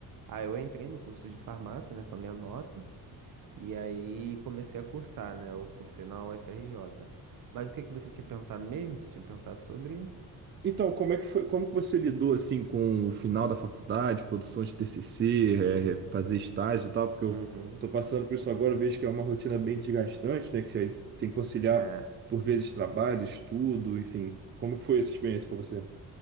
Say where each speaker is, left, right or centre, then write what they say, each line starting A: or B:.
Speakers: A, on the right; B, on the right.
A: Ah, eu entrei no curso de farmácia, né, com a minha nota, e aí comecei a cursar, né? Eu cursei na UFRJ. Mas o que que você tinha perguntado mesmo? Você tinha perguntado sobre.
B: Então, como é que foi, como que você lidou assim com o final da faculdade, produção de TCC, é, é, fazer estágio e tal? Porque eu
A: Uhum.
B: tô passando por isso agora, eu vejo que é uma rotina bem desgastante, né? Que você tem que conciliar
A: É.
B: por vezes trabalho, estudo, enfim. Como que foi essa experiência para você?